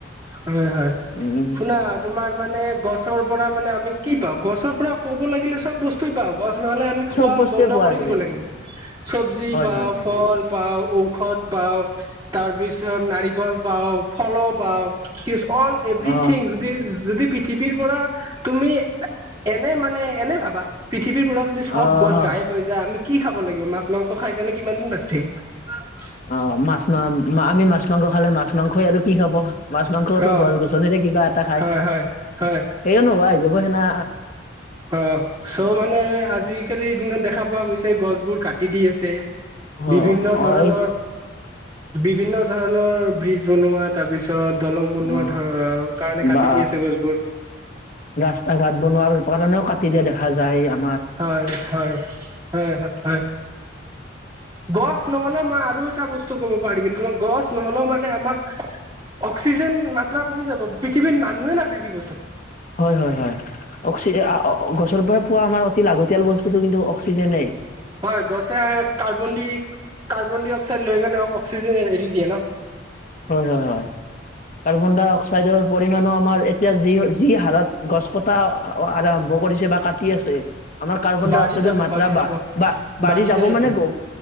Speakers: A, on the right; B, on the left.
A: হয় হয়
B: উম
A: শুনা তোমাৰ মানে গছৰ পৰা মানে আমি কি পাওঁ গছৰ পৰা ক'ব লাগিলে চব বস্তু পাওঁ গছ নহলে আমি খোৱা
B: চব বস্তুৱে
A: বন্ধ
B: পোৱাৰ
A: কৰি
B: দৰে
A: দিব লাগিব চবজি
B: হয়
A: পাও
B: হয় হয়
A: ফল পাওঁ, ঔষধ পাওঁ, তাৰ পিছত নাৰিকল পাওঁ, ফলো পাও অল এভথিং
B: অ
A: যদি যদি পৃথিৱীৰ পৰা তুমি এনে মানে এনে ভাবা পৃথিৱীৰ পৰা যদি সব
B: অ
A: গছ গায়ব হৈ যায় আমি কি খাব লাগিব মাছ মাংস খাই কাৰণে কিমান দিন বাছি থাকিম।
B: অ মাছ মা আমি মাছ মাংস খালে মাছ মাংসই আৰু কি খাব মাছ মাংসতো
A: থাকিম অ
B: গছ গছনিৰে কিবা এটা খায়।
A: হয় হয় হয়
B: সেই নহব যাব হেনা।
A: অ চ' মানে আজিকালিৰ দিনত দেখা পোৱা গৈছে গছবোৰ কাটি দি আছে।
B: অ
A: বিভিন্ন ধৰণৰ
B: অ এই
A: বিভিন্ন ধৰণৰ ব্ৰীজ বনোৱা তাৰ পিছ ত দলং বনোৱা
B: অ
A: ধৰ কাৰণে কাটি
B: বা
A: দি আছে গছবোৰ।
B: ৰাস্তা ঘাট বনোৱাৰ কাৰণেও কাটিয়া দেখা যায় আ
A: হয় হয় হয় হয়। গছ নহ'লে মই আৰু এটা বস্তু ক'ব পাৰি কিন্তু তোমাৰ গছ। নহলেও মানে আমাক অক্সিজেন মাত্ৰা কমি যাব পৃথিৱীত মানুহে নাথাকিবচোন।
B: হয় হয় হয় অক্সি আ- অ- গছৰ পৰাই পোৱা আমাৰ অতি লাগতিয়াল বস্তুত কিন্তু অক্সিজেনে।
A: হয় গছে কাৰ্বন দি কাৰ্বন ডাই অক্সাইড লৈ গনে অক্সিজে এৰি দিয়ে ন।
B: হয় হয় হয়। কাৰ্বন ডাই অক্সাইডৰ পৰিমণো আমাৰ এতিয়া যি যি হাৰত গছ কটা আৰম্ভ কৰিছে বা কাটি আছে। আমাৰ কাৰ্বন
A: বাঢ়ি
B: ডাই অক্সাইডৰ
A: যাব
B: মাত্ৰা
A: বাঢ়ি যাব।
B: বা বা বাঢ়ি যাব
A: যাই
B: মান
A: আছে
B: গ